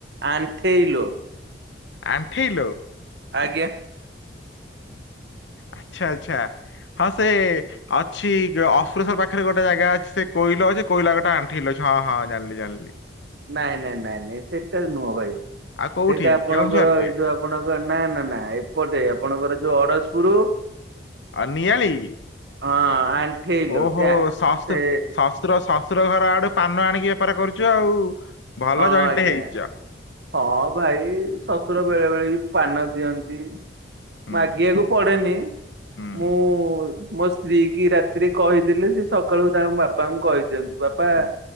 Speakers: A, on the right (about 65°); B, on the left (about 85°).
A: ଅଣ୍ଠେଇଲୋ
B: ଆଣ୍ଠେଇଲୋ
A: ଆଜ୍ଞା
B: ଆଛା ଆଛା ହିଁ ସେ ଅଛି ଅଫ୍ରେଶର ପାଖରେ ଗୋଟେ ଜାଗା ଅଛି ସେ କୋଇଲ ଅଛି କୋଇଲା ଗୋଟେ ଆଣ୍ଠେଇଲ ଅଛି ହଁ ହଁ ଜାଣିଲି ଜାଣିଲି।
A: ନାଇଁ ନାଇଁ ନାଇଁ ନାଇଁ ସେଟା ନୁହଁ ଭାଇ
B: ଆଉ କୋଉଠି
A: ସେଇଟା ଆପଣଙ୍କର
B: କେଉଁଝରରେ
A: ଏଇ ଯୋଉ ଆପଣଙ୍କ ନା ନା ନା ଏପଟେ ଆପଣଙ୍କର ଯୋଉ ଅଡଶପୁର <unintelligible>
B: ଆ ନିଆଳି
A: ହଁ ଆ ଆଣ୍ଠେଇଲୋ
B: ଓହୋ
A: ସେ
B: ଶଶୁର
A: ସେ
B: ଶ୍ୱଶୁର ଶ୍ୱଶୁର ଘର ଆଡେ ପାନ ଆଣିକି ବେପାର କରୁଛୁ ଆଉ ଭଲ
A: ହଁ
B: ଜଏଣ୍ଟ
A: ଆଜ୍ଞା
B: ହେଇଚ।
A: ହଁ ଭାଇ ଶଶୁର ବେଳେ ବେଳେ ବି ପାନ ଦିଅନ୍ତି।
B: ହୁଁ
A: ମାଗିବାକୁ ପଡେନି।
B: ହୁଁ
A: ମୁଁ ମୋ ସ୍ତ୍ରୀକି ରାତିରେ କହିଦେଲି ସେ ସକାଳୁ ତାଙ୍କ ବାପାଙ୍କୁ କହିଦିଅନ୍ତିୁ। ବାପା
B: ହୁଁ